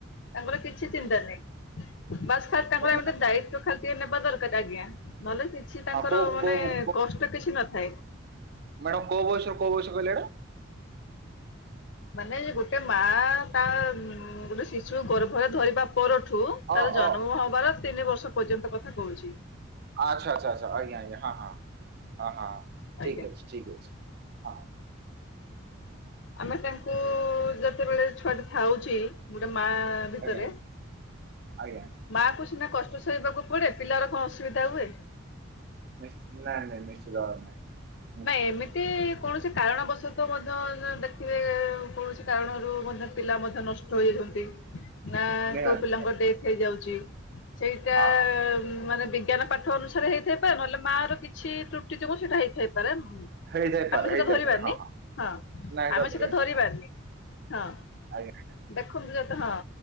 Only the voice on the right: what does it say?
ହୁଁ
ହୁଁ
କୋଉ
କୋଉ
ମ୍ୟାଡ଼ାମ କୋଉ ବୟସରୁ କୋଉ ବୟସ କହିଁଲେ ଏଇଟା?
ଅ
ଅ
ଆଚ୍ଛା ଆଚ୍ଛା ଆଛା ଆଚ୍ଛା ଆଜ୍ଞା ଆଜ୍ଞା ହଁ ହଁ ହଁ ହଁ
ଠିକ ଅଛି ଠିକ ଅଛି। ହଁ
ଆଜ୍ଞା ଆଜ୍ଞା ଆଜ୍ଞା।
ନିଶ୍ଚ୍ ନାଇଁ ନାଇଁ ନିଶ୍ଚିତ ଭାବେ ନାଇଁ।
ନିହାତି
ନିହାତି
ହଁ ହଁ
ହେଇଥାଇପାରେ
ହେଇଥାଇପାରେ
ହଁ
ନାଇଁ
ହଁ
ହଁ
ଆଜ୍ଞା।